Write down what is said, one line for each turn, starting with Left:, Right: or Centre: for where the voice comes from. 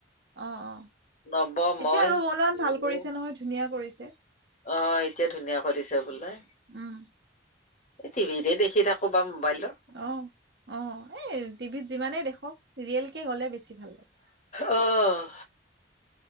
Right: অ- অ,
Left: নৱ মই
Right: এতিয়া ৰ অলপমান
Left: ললো
Right: ভাল কৰিছে নহয় ধুনীয়া কৰিছে।
Left: অ, এতিয়া ধুনীয়া কৰিছে বোলে।
Right: উম।
Left: এ টিভিতে দেখি থাকো বা মোবাইলত।
Right: অ- অ, এই টিভিত যিমানেই দেখক চিৰিয়েলকে গ'লে বেছি ভাল লাগে।
Left: অহ,